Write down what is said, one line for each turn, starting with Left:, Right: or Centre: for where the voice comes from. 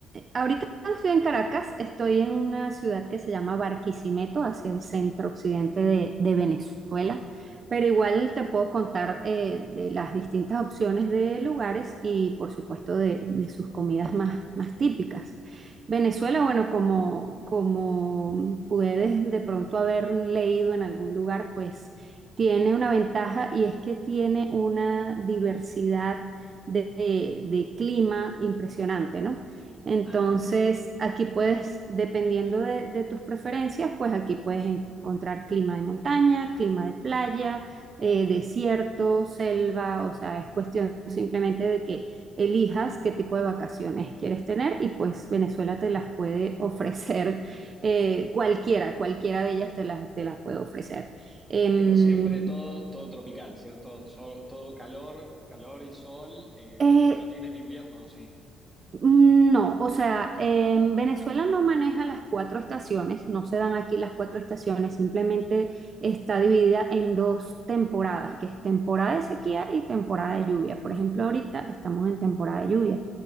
Right: ahorita estoy en Caracas, estoy en una ciudad que se llama Barquisimeto, hacia el centro occidente de, de Venezuela, pero igual te puedo contar eh, de las distintas opciones de lugares y por supuesto de, de sus comidas más, más típicas. Venezuela, bueno, como, como puedes de pronto haber leído en algún lugar, pues tiene una ventaja y es que tiene una diversidad de, de- de clima impresionante, ¿no? Entonces,
Centre: Ajá.
Right: aquí puedes, dependiendo de, de tus preferencias, pues aquí puedes encontrar clima de montaña, clima de playa, eh, desierto, selva, o sea, es cuestión simplemente de que elijas qué tipo de vacaciones quieres tener y pues Venezuela te las puede <laughs> ofrecer eh, cualquiera, cualquiera de ellas te las te las puede ofrecer. Em,
Centre: Pero siempre todo, todo tropical, ¿cierto? Sol- todo calor, calor y sol, eh,
Right: eh,
Centre: no, no tienen invierno, ¿o sí.
Right: Mm, No, o sea, en Venezuela no maneja las cuatro estaciones, no se dan aquí las cuatro estaciones, simplemente está dividida en dos temporadas, que es temporada de sequía y temporada de lluvia. Por ejemplo, ahorita estamos en temporada de lluvia,